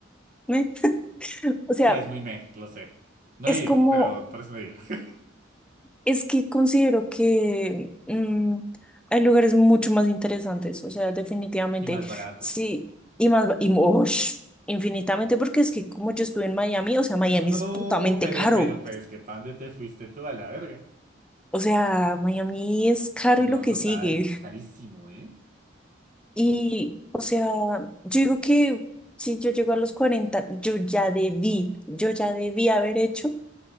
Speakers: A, in the centre; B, on the right.
A: ¿me? <laughs> O sea,
B: Sí, es muy meh, lo sé. No
A: es
B: he ido,
A: como
B: pero por eso no he ido. <laughs>
A: Es que considero que mm, hay lugares mucho más interesantes, o sea, definitivamente,
B: Y más baratos.
A: sí, y más, y mosh, infinitamente, porque es que como yo estuve en Miami, o sea, Miami
B: No,
A: es putamente
B: pero,
A: caro,
B: pero, pero es que ¿para dónde te fuiste tú a la verga?
A: o sea, Miami es caro
B: Si no,
A: y lo que
B: total,
A: sigue,
B: carísimo, ¿eh?
A: y, o sea, yo digo que si yo llego a los 40, yo ya debí, yo ya debí haber hecho,